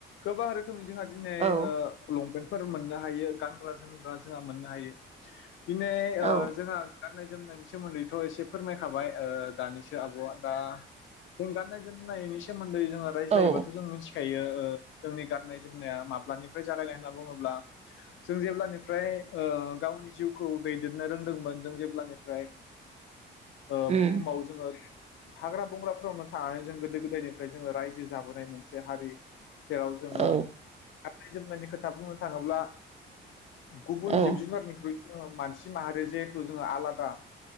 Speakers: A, on the left (about 75°); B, on the right (about 35°).
A: गोबां रोखोमनि जोंहा दिनै
B: औ
A: ओ लंपेन फोर मोननो हायो गानग्रा जोमग्रा जोंहा मोननो हायो। <inaudible> दिनै ओ
B: औ
A: जोंहा गाननाय जोमनायनि सोमोन्दैथ' एसे फोरमायखाबाय ओ दानिसो आब'आ दा जों गाननाय जोमनायनि सोमोन दै जोङो रायज्लायोबाथ'
B: औ
A: जों मिथिखायो। ओ जोंनि गाननाय जोमनाया माब्लानिफ्राय जागायनाय होनना बुङोब्ला जों जेब्लानिफ्राय ओ गावनि जिउखौ दैदेननो रोंदोंमोन जों जेब्लानिफ्राय ओ
B: उम
A: बुहुमाव जोङो हाग्रा बंग्राफोरावनो थानानै जों गोदो गोदायनिफ्राय जोंङो रायजो जाबोनाय मोनसे हारि। जेराव जोङो
B: औ
A: गाननाय जोमनायनि खोथा बुंनो थाङोब्ला गुबुन
B: औ
A: जिब जुनारनिख्रुइ थ मानसि माहारि जिहेथु जोङो आलादा।